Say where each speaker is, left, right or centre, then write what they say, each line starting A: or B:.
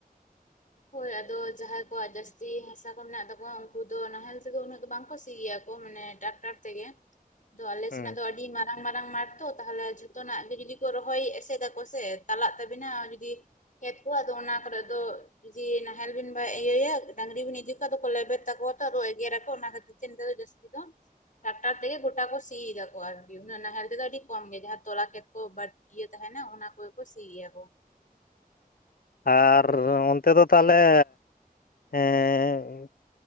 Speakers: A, on the left (about 55°); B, on the left (about 70°).
A: ᱦᱳᱭ ᱟᱫᱚ ᱡᱟᱦᱟᱸᱭ ᱠᱚᱣᱟᱜ ᱡᱟᱹᱥᱛᱤ ᱦᱟᱥᱟ ᱠᱚ ᱢᱮᱱᱟᱜ ᱛᱟᱠᱚᱣᱟ ᱩᱱᱠᱩ ᱫᱚ ᱱᱟᱦᱮᱞ ᱛᱮᱫᱚ ᱩᱱᱟᱹᱜ ᱫᱚ ᱵᱟᱝ ᱠᱚ ᱥᱤᱭ ᱜᱮᱭᱟ ᱠᱚ ᱢᱟᱱᱮ ᱾ ᱰᱟᱠᱴᱟᱨ ᱛᱮᱜᱮ ᱾
B: <unintelligible>
A: ᱫᱚ ᱟᱞᱮ
B: ᱦᱩᱸ
A: ᱥᱮᱱᱟᱜ ᱫᱚ ᱟᱹᱰᱤ ᱢᱟᱨᱟᱝ ᱢᱟᱨᱟᱝ ᱢᱟᱴ ᱛᱚ ᱛᱟᱦᱚᱞᱮ ᱾ ᱡᱚᱛᱚᱱᱟᱜ ᱜᱮ ᱡᱩᱫᱤ ᱠᱚ ᱨᱚᱦᱚᱭ ᱮᱥᱮ ᱫᱟᱠᱚ ᱥᱮ ᱛᱟᱞᱟᱜ ᱛᱟᱵᱤᱱᱟ ᱡᱩᱫᱤ ᱾ ᱠᱷᱮᱛ ᱠᱚ ᱟᱫᱚ ᱚᱱᱟᱠᱚᱨᱮ ᱫᱚ ᱾ ᱡᱮ ᱱᱟᱦᱮᱞ ᱵᱤᱱ ᱵᱟ ᱤᱭᱟᱹᱭᱟ ᱰᱟᱝᱨᱤ ᱵᱤᱱ ᱤᱡᱤ ᱠᱚᱣᱟ ᱟᱫᱚ ᱠᱚ ᱞᱮᱵᱮᱫ ᱛᱟᱠᱚᱣᱟ ᱛᱚ ᱟᱫᱚ ᱮᱜᱨᱟ ᱨᱟᱠᱚ ᱚᱱᱟ ᱠᱷᱟᱹᱛᱤᱨ ᱛᱮ ᱱᱤᱛᱚᱜ ᱫᱚ ᱡᱟᱹᱥᱛ ᱾ ᱥᱤ ᱫᱚ ᱾ ᱴᱟᱠᱴᱟᱨ ᱛᱮᱜᱮ ᱜᱚᱴᱟ ᱠᱚ ᱥᱤᱭ ᱫᱟᱠᱚ ᱟᱨᱠᱤ ᱩᱱᱟᱹᱜ ᱱᱟᱦᱮᱞ ᱛᱮ ᱫᱚ ᱟᱹᱰᱤ ᱠᱚᱢ ᱜᱮ ᱡᱟᱦᱟ ᱚᱱᱟ ᱛᱚᱞᱟ ᱠᱷᱮᱫ ᱠᱚ ᱵᱟ ᱾ ᱤᱭᱟᱹ ᱛᱟᱦᱮᱱᱟ ᱚᱱᱟ ᱠᱚᱜᱮ ᱠᱚ ᱥᱤᱭ ᱜᱮᱭᱟ ᱠᱚ ᱾
B: ᱟᱨ ᱚᱱᱛᱮ ᱫᱚ ᱛᱟᱦᱚᱞᱮ ᱮᱸ ᱾